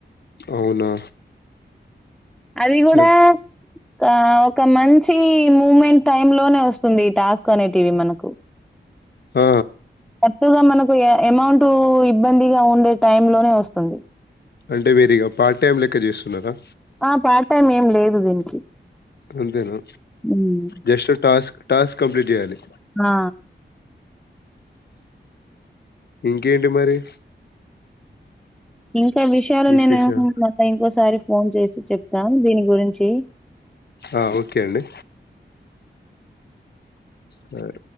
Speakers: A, on the left; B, in the centre.
A: అవునా
B: అది కూడా
A: యప్
B: ఆ ఒక మంచి మూ్మెంట్ టైమ్ లోనే వస్తుంది టాస్క్ అనేటివి మనకు
A: ఆ
B: చక్కగా మనకు అమౌంట్ ఇబ్బందిగా ఉండే టై లోనే వస్తుంది
A: అంటే మీరు ఇక పార్ట్ టైం లెక్క చేస్తున్నారా
B: ఆ పార్ట్ టైమ్ ఏం లేదు దీనికి
A: అంతేనా
B: హ్మ్
A: జస్ట్ టాస్క్ టాస్క్ కంప్లీట్ చేయాలి
B: ఆ
A: ఇంకేంటి మరి
B: ఇంకా విషయాలు
A: విశేషాలు?
B: నేను మాట్లాతా ఇంకోసారి ఫోన్ చేసి చెప్తాను దీని గురించి
A: ఆ ఓకే అండి సరి